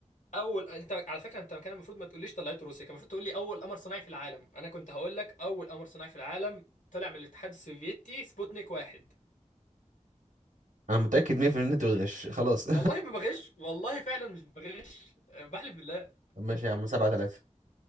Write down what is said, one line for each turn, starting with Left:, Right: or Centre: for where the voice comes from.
Left: اول انت على فكره انت كان المفروض ما تقوليش طلعت روسيا كان المفروض تقول لي اول قمر صناعي في العالم انا كنت هقول لك اول قمر صناعي في العالم طلع من الاتحاد السوفيتي سبوتنيك واحد
Right: انا متأكد 100% ان انت بتغش خلاص
Left: والله ما بغش والله فعلا مش بغش آه، بحلف بالله
Right: <laughs> ماشي يا عم 7 3